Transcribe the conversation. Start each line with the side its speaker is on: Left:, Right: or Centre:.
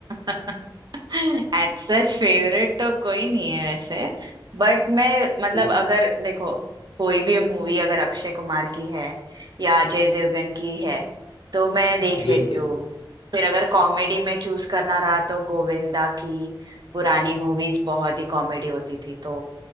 Right: <laughs> एज सच फेवरेट तो कोई नहीं है वैसे बट मैं मतलब
Left: <laughs>
Right: अगर देखो कोई भी मूवी अगर अक्षय कुमार की है या अजय देवगन की है तो मैं देख
Left: जी
Right: लेती
Left: जी
Right: हूँ फिर अगर कॉमेडी में चूज करना रहा तो गोविंदा की पुरानी मूवीज बहुत ही कॉमेडी होती थी तो